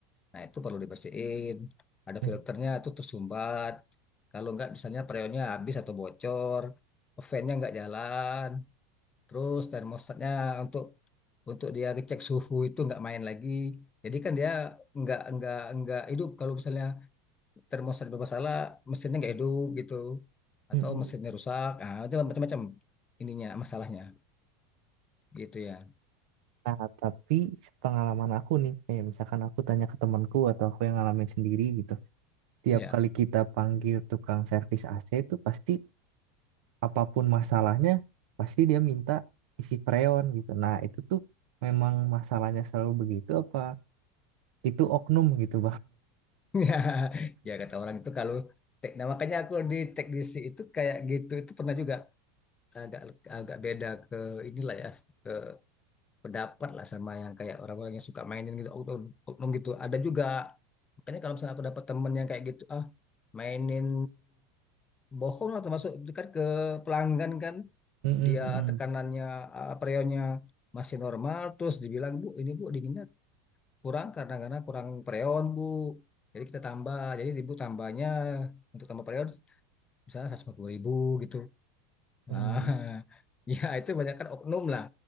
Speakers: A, on the left (about 20°); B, on the right (about 75°).
A: Nah itu perlu dibersihin. Ada
B: mm,
A: filternya itu tersumbat. Kalau nggak misalnya freonnya habis atau bocor, fan-nya nggak jalan, terus termostatnya untuk untuk dia ngecek suhu itu nggak main lagi. Jadi kan dia nggak nggak nggak hidup kalau misalnya termos ada bermasalah mesinnya nggak hidup gitu atau
B: mm, mm.
A: mesinnya rusak ah itu macam-macam ininya masalahnya gitu ya
B: nah tapi pengalaman aku nih, kayak misalkan aku tanya ke temanku atau aku yang ngalamin sendiri gitu. Tiap
A: ya
B: kali kita panggil tukang servis AC itu pasti apapun masalahnya, pasti dia minta isi freon gitu. Nah, itu tuh memang masalahnya selalu begitu apa itu oknum gitu
A: <laughs> ya ya kata orang itu kalau tek nah makanya aku di teknisi itu kayak gitu itu pernah juga agak agak beda ke inilah ya ke pendapat lah sama yang kayak orang-orang yang suka mainin gitu oknum oknum gitu ada juga makanya kalau misalnya aku dapat temen yang kayak gitu ah mainin bohong lah termasuk itu kan ke pelanggan kan
B: Mm-mm,
A: dia
B: mm-mm,
A: tekanannya eh, freonnya masih normal terus dibilang bu ini bu dinginnya kurang karena karena kurang freon bu jadi kita tambah jadi ibu tambahnya untuk tambah freon misalnya seratus lima puluh ribu gitu nah,
B: mm.
A: <laughs> ya itu banyak kan oknum lah